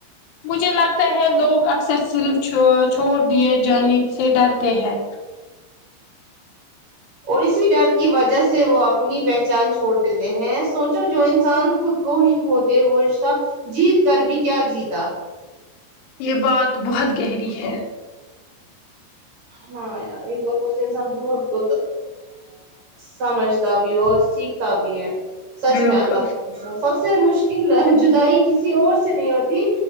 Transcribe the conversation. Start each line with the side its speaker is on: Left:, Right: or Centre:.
Left: مجھے لگتا ہے لوگ اکثر صرف چھ چھوڑ دیے جانے سے ڈرتے ہیں
Right: اور اسی ڈر کی وجہ سے وہ اپنی پہچان چھوڑ دیتے ہیں سوچو جو انسان خود کو ہی کھو دے وہ رشتہ جیت کر بھی کیا جیتا
Left: یہ بات بہت گہری ہے
Right: ہاں یار یہ بوہ اسے انسان بہت ک سمجھتا بھی ہے اور سیکھتا بھی ہے سچ
Left: بالکل
Right: میں اللہ سب سے مشکل جدائی کسی اور سے نہیں ہوتی